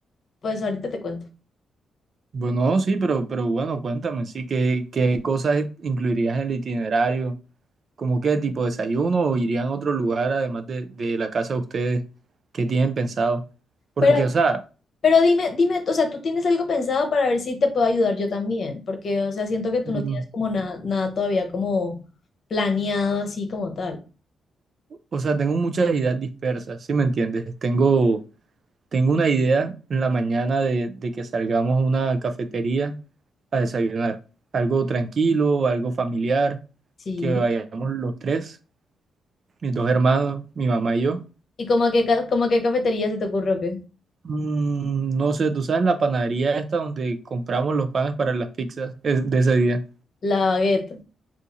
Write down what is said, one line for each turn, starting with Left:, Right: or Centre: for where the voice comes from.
Left: pues ahorita te cuento.
Right: Bueno, sí, pero, pero bueno, cuéntame, sí, ¿qué, qué cosas incluirías en el itinerario? ¿Cómo qué tipo de desayuno o irían a otro lugar además de, de la casa de ustedes? ¿Qué tienen pensado? Porque,
Left: Pero,
Right: o sea,
Left: pero dime, dime, o sea, ¿tú tienes algo pensado para ver si te puedo ayudar yo también? Porque, o sea, siento que tú
Right: mm,
Left: no tienes como nada, nada todavía como planeado así como tal.
Right: o sea, tengo muchas ideas dispersas, ¿sí me entiendes? Tengo... Tengo una idea en la mañana de, de que salgamos a una cafetería a desayunar. Algo tranquilo, algo familiar,
Left: Sí.
Right: que vayamos los tres, mis dos hermanos, mi mamá y yo.
Left: ¿Y como a qué, ca- como a qué cafetería se te ocurre o qué?
Right: Mm, no sé, tú sabes la panadería esta donde compramos los panes para las pizzas es de ese día.
Left: La Baguette.